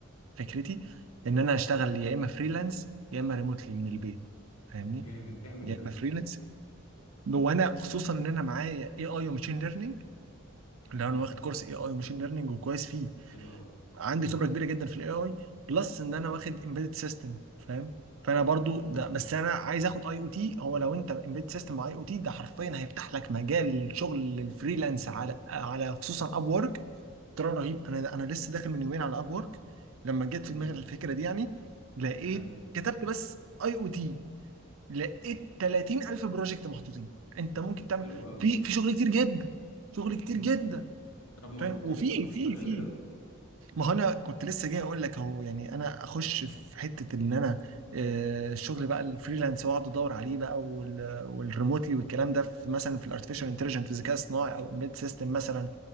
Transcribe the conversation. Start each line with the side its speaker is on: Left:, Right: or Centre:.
Right: فكرتي ان انا اشتغل يا اما فريلانس يا اما ريموتلي من البيت فاهمني
Left: جامد اعمل
Right: يا
Left: ده
Right: اما فريلانس وانا خصوصا ان انا معايا اي اي وماشين ليرنينج لو
Left: جامد
Right: انا واخد كورس اي اي وماشين ليرنينج وكويس فيه
Left: حلو قوي
Right: عندي خبره كبيره جدا في الاي اي بلس ان انا واخد امبيدد سيستم فاهم فانا برضو ده
Left: اه
Right: بس
Left: اه
Right: انا عايز اخد اي او تي هو لو انت امبيدد سيستم مع اي او تي ده حرفيا هيفتح لك مجال شغل الفريلانس على على خصوصا اب وورك ترى رهيب انا انا لسه داخل من يومين على اب وورك لما جت
Left: امم
Right: في دماغي الفكره دي يعني لقيت
Left: حلو
Right: كتبت بس اي او تي لقيت 30000 بروجكت محطوطين انت ممكن تعمل
Left: حلو قوي
Right: في في شغل كتير جدا شغل كتير
Left: امم
Right: جدا
Left: طب ما
Right: فاهم
Left: كنت
Right: وفي
Left: طب ما تستغل
Right: في في
Left: ده
Right: ما هو انا كنت لسه جاي اقول لك اهو يعني انا اخش في حته ان انا آه، الشغل بقى الفريلانس واقعد ادور عليه بقى وال- والريموتلي والكلام ده في مثلا في الارتفيشال انتليجنت في الذكاء الصناعي او امبيد سيستم مثلا